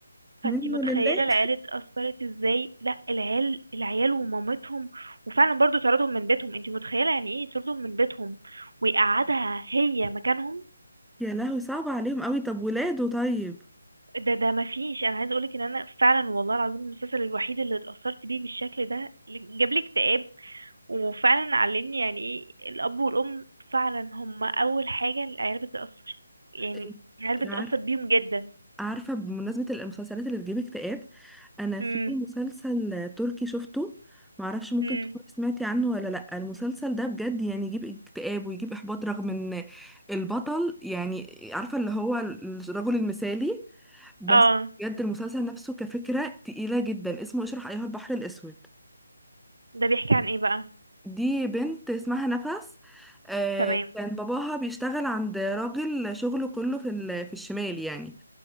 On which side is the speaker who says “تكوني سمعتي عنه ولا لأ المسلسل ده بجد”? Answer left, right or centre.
Centre